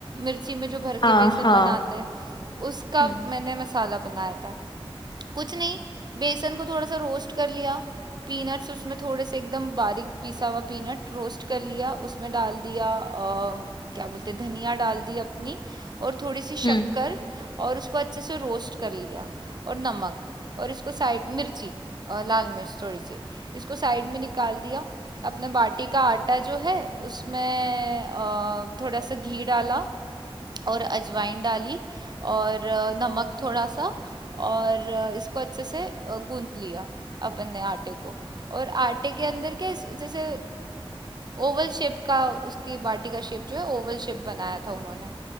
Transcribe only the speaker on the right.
मिर्ची में जो भर
के बेसन
बनाते हैं उसका
मैंने मसाला बनाया था कुछ नहीं बेसन को थोड़ा सा रोस्ट कर लिया पीनट्स उसमें थोड़े से एकदम बारीक पिसा हुआ पीनट रोस्ट कर लिया उसमें डाल दिया अ, क्या बोलते हैं, धनिया डाल दी अपनी और थोड़ी सी शक्कर
और उसको अच्छे से रोस्ट कर लिया और नमक और इसको साइड मिर्ची अ, लाल मिर्च थोड़ी सी इसको साइड में निकाल दिया अपने बाटी का आटा जो है उसमें अ, थोड़ा सा घी डाला और अजवाइन डाली और अ, नमक थोड़ा सा और अ, इसको अच्छे से अ, गूंथ लिया अपन ने आटे को और आटे के अंदर क्या इस- जैसे ओवल शेप का उसकी बाटी का शेप जो है ओवल शेप बनाया था उन्होंने